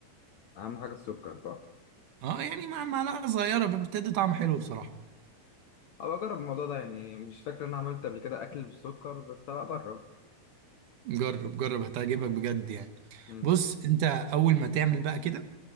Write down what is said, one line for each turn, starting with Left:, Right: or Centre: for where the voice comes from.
Left: اهم حاجه السكر صح
Right: اه يعني مع معلقه صغيره بتدي طعم حلو بصراحه
Left: ابقى اجرب الموضوع ده يعني مش فاكر ان انا عملت قبل كده اكل بالسكر بس هبقى اجرب
Right: جرب جرب هتعجبك بجد يعني
Left: امم
Right: بص انت اول ما تعمل بقى كده